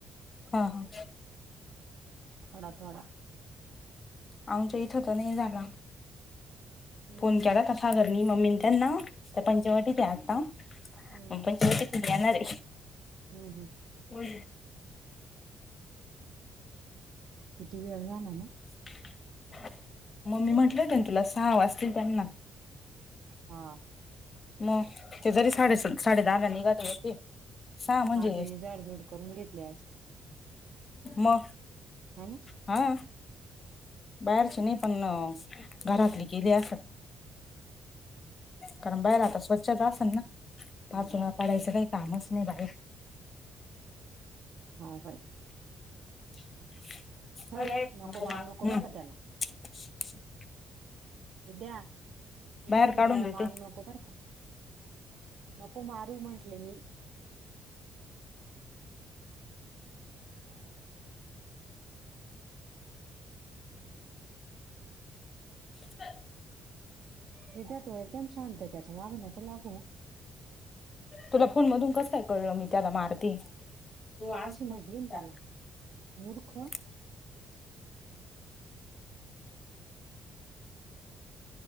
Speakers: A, on the left; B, on the right.
A: हा हा.
B: थोडा थोडा
A: आमच्या इथं तर नाही झाला.
B: हम्म
A: फोन केला का घर मम्मीने त्यांना त्या पंचवटी ते आता
B: हम्म
A: पईती येणार.
B: हम् हम्.
A: हो.
B: किती वेळ झाला ना.
A: <inaudible> मम्मी म्हटलं होते तुला सहाव वाचतील त्यांना
B: हा.
A: मग ते जरी साडे साडे ददाांनीघर होती. सां म्हणजे
B: आजीने झाडझूड करून घेतली अस
A: मग
B: हा ना
A: हा बाहेरचे नाही पण घरातली गली अस. कारण
B: हम्म.
A: बाहेर आता स्वच्छता असेल ना पाचोळा पाडायचं काही कामच नाही बाहेर
B: हां बाय.
A: <unintelligible>
B: होय होय नको मारू नको बर का त्याला विद्या, विद्या
A: बाहेर
B: तू
A: काढून
B: त्याला
A: देते
B: मारू नको बर का. नको मारू म्हटले. <inaudible>
A: चल
B: विद्या तो एकदम शांत आहे त्याच्या माग नको लागू.
A: तुला फोन मधून कसं काय कळलं मी त्याला मारतेय. तो
B: तू
A: आज
B: अशी
A: खुप
B: म्हटली ना त्याला मूर्ख
A: <unintelligible>
B: <inaudible>